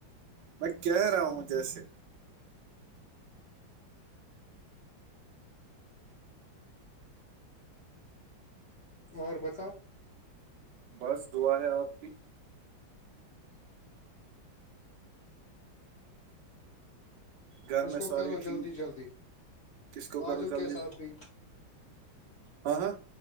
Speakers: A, on the right; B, on the left.
A: میں کہ رہا ہوں جیسے
B: اور بتاؤ
A: بس دعا ہے آپ کی گھر
B: اس
A: میں
B: کو
A: ساریی
B: کرو جلدی
A: ٹھیک
B: جلدی
A: کس کو کروں
B: آجو
A: جلدی
B: کے ساتھ بھی
A: ہاں